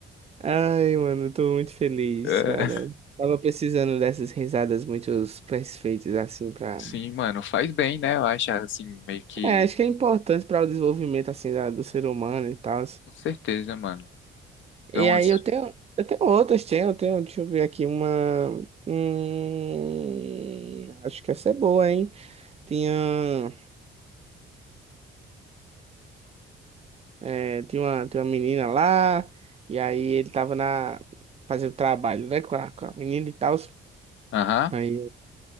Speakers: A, on the right (about 30°); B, on the left (about 70°).
A: Ai, mano, eu tô muito feliz,
B: É,
A: cara. Tava precisando dessas risadas muito perfeitas, assim, pra.
B: Sim, mano, faz bem, né? Eu acho assim, meio que.
A: É, acho que é importante para o desenvolvimento, assim, da- do ser humano e tal.
B: Com certeza, mano.
A: E
B: Dá umas.
A: aí eu tenho, eu tenho outras, tenho, eu tenho, deixa eu ver aqui uma. Hum, acho que essa é boa, hein? Tinha, é, tinha uma, tinha uma menina lá, e aí ele tava na, fazendo trabalho, né, com a, com a menina e tal.
B: Aham.
A: Aí,